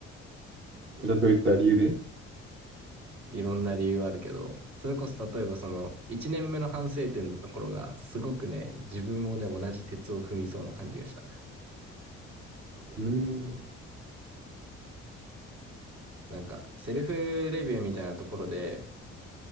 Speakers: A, on the right; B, on the right.
A: それはどういった理由でう
B: いろんな理由あるけど、それこそ例えばその、1年目の反省点のところが、すごくね、自分もね、同じ鉄を踏みそうな感じがした。
A: ーん。
B: なんか、セルフレビューみたいなところで、